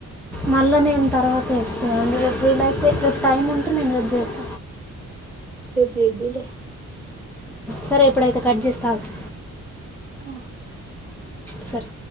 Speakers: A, in the centre; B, on the right (about 30°).
A: మళ్ళా నేను తర్వాత చేస్తా, రేపు వీలయితే రేపు టైం ఉంటే నేను రేపు చేస్త.
B: రేపు జేద్దులే
A: సరే ఇప్పుడైతే కట్ చేస్తా ఆగు
B: ఆ
A: సరే